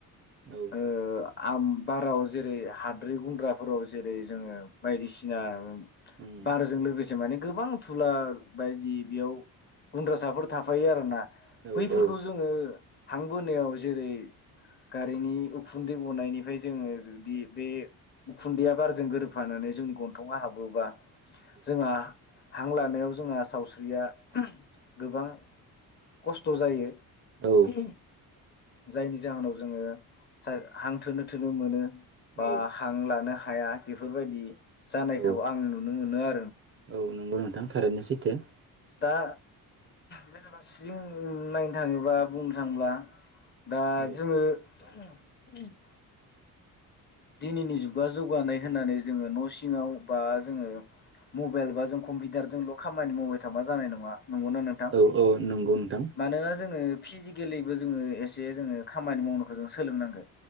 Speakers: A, on the right; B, on the left.
A: औ।
B: ओ आम बाराव जेरै हाद्रि गुन्द्राफोराव जेरै जोङो बायदिसिना
A: उम
B: बारजों लोगोसे माने गोबां थुला बायदि बेयाव गुन्द्रासाफोर थाफायो आरो ना
A: औ
B: बैफोरखौ
A: औ
B: जोङो हां बोनायाव जेरै गारिनि उखुन्दै गनायनिफाय जोङो जुदि बे उखुन्दैया बारजों गोरोबफानानै जोंनि गन्थंआव हाबोबा जोंहा हां लानायाव जोंहा सावस्रिया गोबां खस्थ' जायो। <inaudible>
A: औ
B: जायनि जाहोनाव जोङो सा हांथोनो थोनो मोनो। बा
A: औ
B: हां लानो हा हाया बेफोरबादि जानायखौ
A: औ
B: आं नुनो मोनो आ
A: औ नोंगौ नों थां थारैनो सैथो।
B: दा बेराफारसेथिं नायनो थाङोबा बुंनो थाङोब्ला दा
A: औ
B: जोङो <inaudible> दिनैनि जुगा जौगानाय होननानै जोङो न' सिङाव बा जोङो मबेल बा जों कम्पिउटारजोंल' खामानि मावबाय थाबा जानाय नङा। नंगौना नोंथां?
A: औ औ नंगौ नोंथां
B: मानोना जोङो फिजिकेलिबो जोङो एसे जोङो खामानि मावनोखौ जों सोलोंनांगोन।